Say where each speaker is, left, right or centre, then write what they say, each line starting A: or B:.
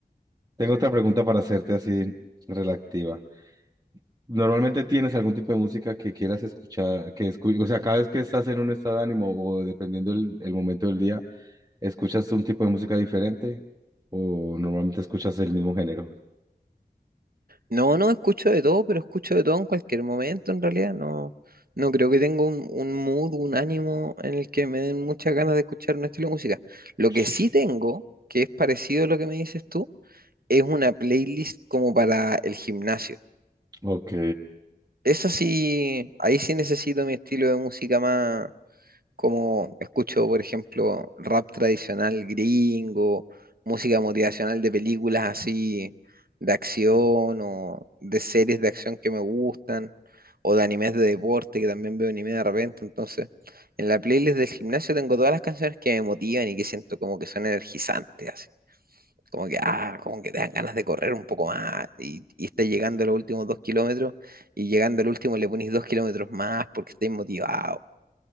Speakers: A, on the right (about 25°); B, on the right (about 65°).
A: Tengo otra pregunta para hacerte así relativa. ¿Normalmente tienes algún tipo de música que quieras escuchar, que escu- o sea, cada vez que estás en un estado de ánimo o dependiendo el, el momento del día, escuchas un tipo de música diferente o normalmente escuchas el mismo género?
B: No, no, escucho de todo, pero escucho de todo en cualquier momento, en realidad. No, no creo que tenga un, un mood, un ánimo en el que me den muchas ganas de escuchar un estilo de música. Lo
A: <laughs>
B: que sí
A: Sí.
B: tengo, que es parecido a lo que me dices tú, es una playlist como para el gimnasio.
A: Ok.
B: Esa sí, ahí sí necesito mi estilo de música más como escucho, por ejemplo, rap tradicional gringo, música motivacional de películas así de acción o de series de acción que me gustan, o de animes de deporte, que también veo anime de repente. Entonces, en la playlist del gimnasio tengo todas las canciones que me motivan y que siento como que son energizantes, así. Como que, ah, como que te dan ganas de correr un poco más y, y estás llegando a los últimos dos kilómetros y llegando al último le pones dos kilómetros más porque estás motivado.